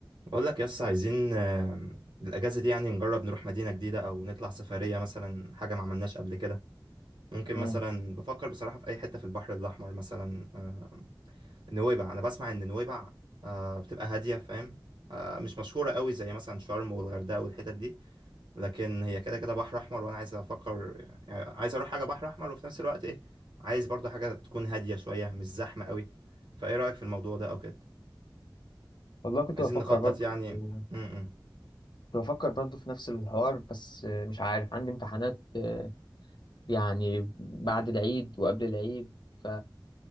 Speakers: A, on the right (about 75°); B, on the left (about 65°).
A: بقول لك يس عايزين آه، الأجازة دي يعني نجرب نروح مدينة جديدة أو نطلع سفرية مثلا حاجة ما عملناش قبل كده ممكن
B: مم.
A: مثلا بفكر بصراحة في أي حتة في البحر الأحمر مثلا آه، نويبع أنا بسمع إن نويبع آه، بتبقى هادية فاهم آه، مش مشهورة قوي زي مثلا شرم والغردقة والحتت دي لكن هي كده كده بحر أحمر وأنا عايز أفكر يعني عايز أروح حاجة بحر أحمر وفي نفس الوقت إيه عايز برضه حاجة تكون هادية شوية مش زحمة قوي فإيه رأيك في الموضوع ده أو كده
B: والله كنت
A: عايزين
B: بفكر
A: نخطط
B: برضه
A: يعني
B: مم.
A: م -م.
B: كنت بفكر برضه في نفس الحوار بس آه، مش عارف عندي امتحانات آه، يعني بعد العيد وقبل العيد ف